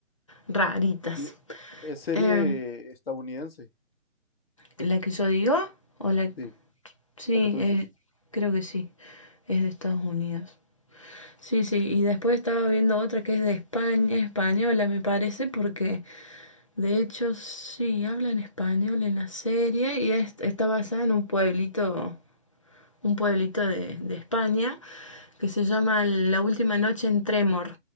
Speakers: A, on the left; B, on the left.
A: raritas.
B: Y es serie
A: Em,
B: estadounidense.
A: ¿la que yo digo? ¿O la...
B: Sí,
A: Sí,
B: lo que tú dices.
A: eh, creo que sí. Es de Estados Unidos. Sí, sí, y
B: Mm.
A: después estaba viendo otra que es de España, española me parece, porque De hecho, sí, habla en español en la serie y es- está basada en un pueblito, un pueblito de, de España que se llama La Última Noche en Tremor.